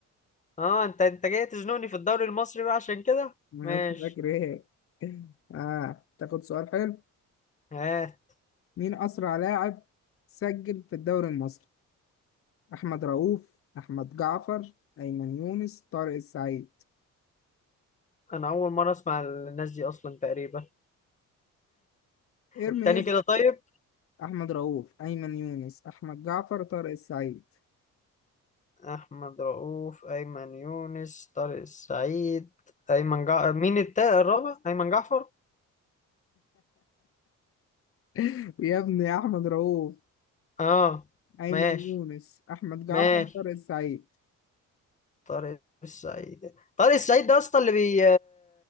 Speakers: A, on the left; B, on the left.
A: اه انت انت جاي تزنقني في الدوري المصري بقى عشان كده
B: <laughs>
A: ماشي
B: فاكر ايه اه تاخد سؤال حلو
A: ها
B: مين اسرع لاعب سجل في الدوري المصري احمد رؤوف احمد جعفر ايمن يونس طارق السعيد
A: انا اول مره اسمع الناس دي اصلا تقريبا
B: ارميز
A: التاني كده طيب
B: احمد رؤوف ايمن يونس احمد جعفر طارق السعيد
A: احمد رؤوف ايمن يونس طارق السعيد ايمن جع... مين التا الرابع ايمن جعفر
B: <laughs> يا ابني يا احمد رؤوف
A: اه
B: ايمن
A: ماشي
B: يونس احمد جعفر
A: ماشي
B: طارق السعيد
A: طارق السعيد طارق السعيد ده اصلا اللي بي